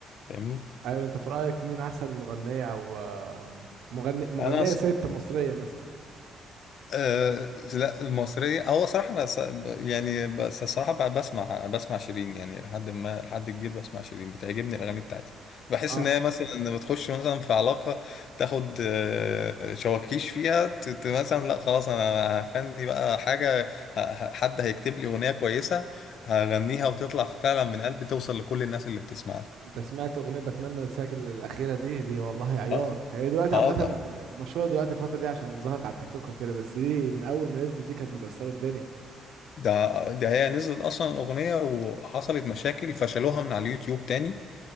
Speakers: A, on the left; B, on the right.
A: فاهمني
B: ايوه انت في رأيك مين احسن مغنية او آه، مغني مغنية
A: انا
B: ست مصرية مثلا
A: أه لا المصرية هو صراحة أنا ص- ب- يعني بس الصراحة ب- بسمع بسمع شيرين يعني لحد ما لحد كبير بسمع شيرين بتعجبني الأغاني بتاعتها بحس
B: اه
A: إن هي مثلا لما بتخش مثلا في علاقة تاخد آه، شواكيش فيها ت- ت- مثلا لا خلاص أنا هغني بقى حاجة ه- ه- حد هيكتب لي أغنية كويسة هغنيها وتطلع فعلا من قلبي توصل لكل الناس اللي بتسمعني
B: انت سمعت اغنية بتمنى انساك الاخيرة دي دي والله عياط
A: اه
B: هي دلوقتي
A: اه
B: عامة
A: ده
B: مشهورة دلوقتي الفترة دي عشان ظهرت على التيك توك وكده بس دي من اول ما نزلت دي كانت مكسرة الدنيا
A: ده ده هي نزلت أصلا أغنية وحصلت مشاكل فشلوها من على اليوتيوب تاني